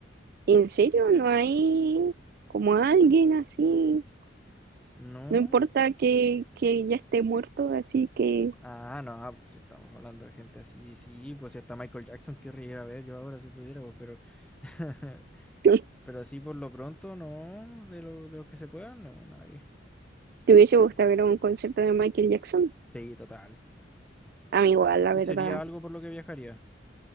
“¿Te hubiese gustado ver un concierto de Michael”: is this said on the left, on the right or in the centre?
Right